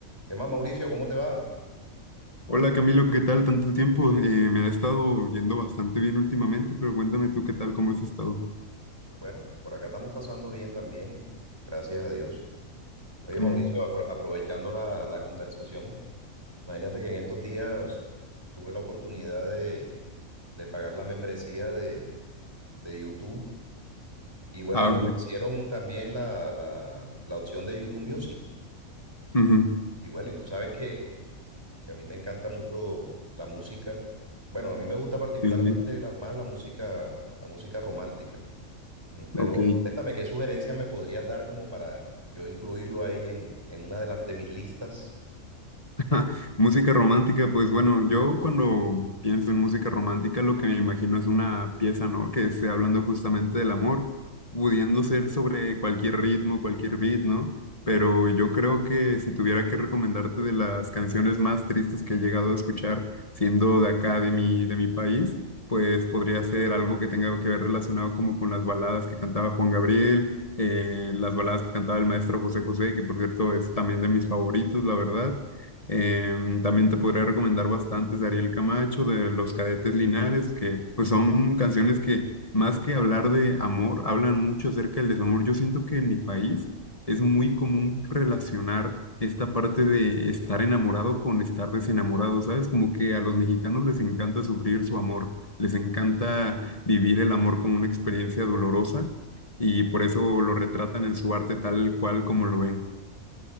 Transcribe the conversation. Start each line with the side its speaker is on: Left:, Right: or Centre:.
Right: ¿Qué más, Mauricio? ¿Cómo te va?
Left: Hola Camilo, ¿qué tal? Tanto tiempo. Eh, me ha estado yendo bastante bien últimamente, pero cuéntame tú qué tal, cómo has estado.
Right: Bueno, por acá estamos pasando bien también, gracias a Dios. Oye, Mauricio,
Left: Mm,
Right: apro- aprovechando la, la conversación, imagínate que en estos días tuve la oportunidad de, de pagar la membresía de, de YouTube y bueno,
Left: Ah,
Right: me ofrecieron
Left: ok.
Right: también la, la, la opción de YouTube Music.
Left: Ujú.
Right: Y bueno, y tú sabes que, que a mí me encanta mucho la música. Bueno, a mí me gusta particularmente
Left: Sí, sí.
Right: la- más la música, la música romántica. Mm, Pero
Left: Ok.
Right: cuéntame, ¿qué sugerencias me podrías dar como para yo incluirlo ahí en, en una de las de mis listas?
Left: <laughs> Música romántica, pues bueno, yo cuando pienso en música romántica lo que me imagino es una pieza, ¿no? Que esté hablando justamente del amor, pudiendo ser sobre cualquier ritmo, cualquier beat, ¿no? Pero yo creo que si tuviera que recomendarte de las canciones más tristes que he llegado a escuchar, siendo de acá, de mi, de mi país, pues podría ser algo que tenga que ver relacionado como con las baladas que cantaba Juan Gabriel, eh, las baladas que cantaba el maestro José José, que por cierto es también de mis favoritos, la verdad. Em, también te podría recomendar bastantes de Ariel Camacho, de Los Cadetes Linares, que pues son canciones que más que hablar de amor, hablan mucho acerca del desamor. Yo siento que en mi país es muy común relacionar esta parte de estar enamorado con estar desenamorado, ¿sabes? Como que a los mexicanos les encanta sufrir su amor, les encanta vivir el amor como una experiencia dolorosa y por eso lo retratan en su arte tal cual como lo ven.